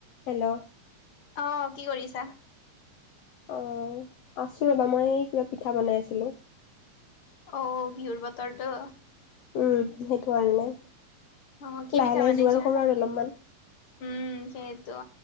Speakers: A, on the left; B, on the left.
A: Hello
B: অ কি কৰিছা
A: অ আছো ৰবা মই এই কিবা পিঠা বনাই আছিলো
B: অ বিহুৰ বতৰটো
A: উম সেইটো কাৰণে
B: অ কি
A: লাহে
B: পিঠা
A: লাহে
B: বনাইছা
A: যোগাৰ কৰো আৰু অলপমান
B: উম সে ত